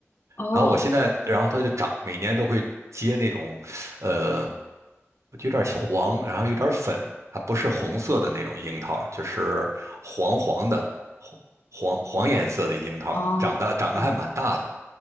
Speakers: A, on the left; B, on the right.
A: 哦
B: 然后我现在，然后它就长，每年都会结那种，呃，有点黄，然后有点粉，它不是红色的那种樱桃，就是黄黄的，黄黄黄颜色的樱桃，
A: 哦嗯
B: 长得长得还蛮大的，